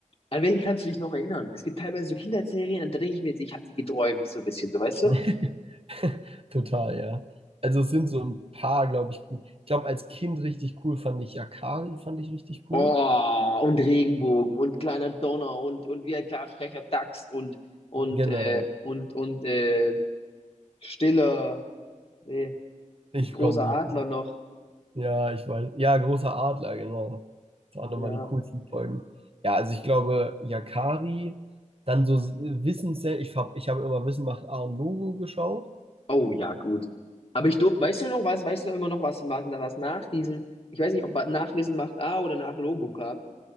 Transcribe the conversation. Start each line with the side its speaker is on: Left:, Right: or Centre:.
Left: an welche kannst du dich noch erinnern? Es gibt teilweise so Kindheitsserien, und da denke ich mir jetzt, ich habe die geträumt, so ein bisschen, so weißt du?
Right: <laughs> <laughs> Total, ja. Also es sind so ein paar, glaube ich, gut. Ich glaube, als Kind richtig cool fand ich Yakari, fand ich richtig cool.
Left: Oh, und Regenbogen und kleiner Donner und, und wie ein kleiner frecher Dachs und, und,
Right: Genau.
Left: äh, und, und, äh, stiller, nee,
Right: Ich
Left: es gibt großer
Right: komme nicht.
Left: Adler
Right: drauf.
Left: noch.
Right: Ja, ich weiß. Ja, großer Adler, genau. Das waren nochmal
Left: Ja.
Right: die coolsten Folgen. Ja, also ich glaube, Yakari, dann so Wissenssendung. Ich habe ich hab immer Wissen macht A und Logo geschaut.
Left: Oh ja, gut. Aber ich durfte, weißt du noch was, weißt du immer noch was, was, was nach diesem, ich weiß nicht, ob nach Wissen macht A oder nach Logo kam.